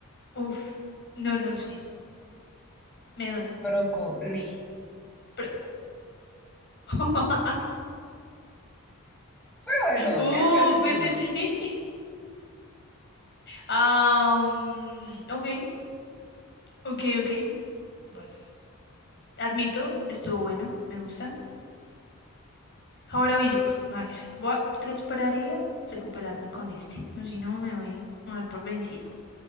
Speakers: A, on the left (about 50°); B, in the centre.
A: uf, no, no sé, me doy.
B: Brocoli.
A: pero <laughs>
B: Fue bueno,
A: Uf,
B: tienes que admitirlo.
A: ese sí. Ah, mm, ok, ok, ok. Bueno, admito, estuvo bueno, me gusta. Ahora voy yo. A ver, voy a- te esperaría recuperarme con este. O si no, me voy a dar por vencida.